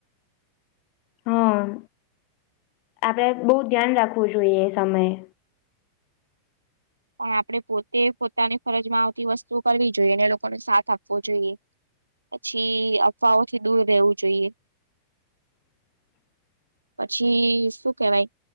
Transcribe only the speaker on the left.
હન, આપડે બઉ ધ્યાન રાખવું જોઈએ એ સમયે.
<inaudible>